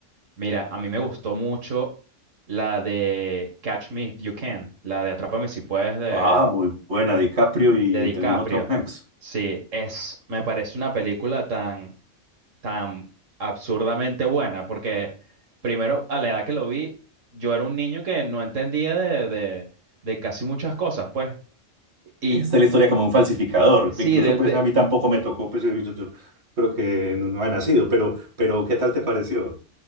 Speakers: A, on the right; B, on the right.
A: Mira, a mí me gustó mucho la de Catch Me If You Can, la de Atrápame si puedes de,
B: Ah, muy buena, DiCaprio y
A: de DiCaprio.
B: el mismo Tom Hanks.
A: Sí, es, me parece una película tan, tan absurdamente buena, porque primero, a la edad que lo vi, yo era un niño que no entendía de, de, de casi muchas cosas, pues. Y
B: Esta es la historia como un falsificador.
A: sí,
B: Incluso
A: del-
B: pues
A: de,
B: a mí tampoco me tocó, pues yo, yo- yo creo que no, no había nacido, pero, pero ¿qué tal te pareció?